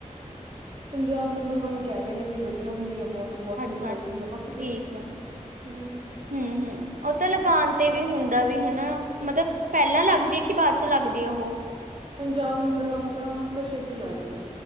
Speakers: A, on the right; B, on the right.
A: ਪੰਜਾਬ ਨੰਬਰ ਵੰਨ ਕਹਿ ਰਹੇ ਨੇ ਵੀ ਵਧੀਆ ਹੁੰਦੀ ਆ। ਬਹੁਤ-ਬਹੁਤ
B: ਅੱਛਾ-
A: ਨਿਕਲਦੀ
B: ਅੱਛਾ
A: ਆ ਬਾਕੀ ਦੇਖੋ
B: ਠੀਕ ਐ
A: ਹੂੰ
B: ਹੂੰ-ਹੂੰ ਉਹ ਤਾਂ ਲਗਾਨ ਤੇ ਵੀ ਹੁੰਦਾ। ਵੀ ਹਨਾ ਮਤਲਬ ਪਹਿਲਾਂ ਲੱਗਦੀ ਐ ਕਿ ਬਾਅਦ ਚ ਲੱਗਦੀ ਹੈ ਉਹ
A: ਪੰਜਾਬ ਨੰਬਰ ਵਨ ਤਾਂ ਪਛੇਤੀ ਲੱਗਦੀ ਐ।